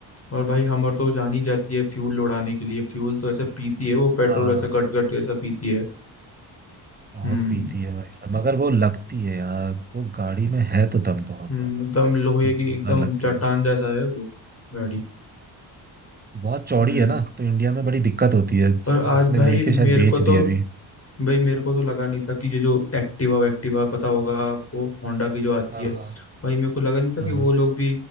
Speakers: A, on the left; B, on the right.
A: और भाई हमर तो जान ही जाती है फ्यूल उड़ाने के लिए फ्यूल तो ऐसा पीती है वो पेट्रोल
B: हाँ
A: ऐसा गट गट ऐसा पीती है
B: बहुत
A: हम्म
B: पीती है भाई साहब मगर वो लगती है यार वो गाड़ी में है तो दम बहुत
A: हम्म
B: ज्यादा
A: एकदम लोहे
B: बहुत
A: की
B: जोरदार
A: एकदम
B: लगती
A: चट्टान
B: है
A: जैसा है वो गाड़ी
B: बहुत चौड़ी
A: हम्म
B: है ना तो इंडिया में बड़ी दिक्कत होती है
A: और आज
B: उसने
A: भाई
B: लेके
A: मेरे
B: शायद बेच
A: को तो
B: दिया अभी
A: भाई मेरे को तो लगा नहीं था कि ये जो एक्टिवा एक्टिवा पता होगा आपको होंडा की जो आती
B: हाँ
A: है
B: हाँ
A: भाई मेरे को लगा नहीं था कि
B: हाँ
A: वो
B: हाँ।
A: लोग भी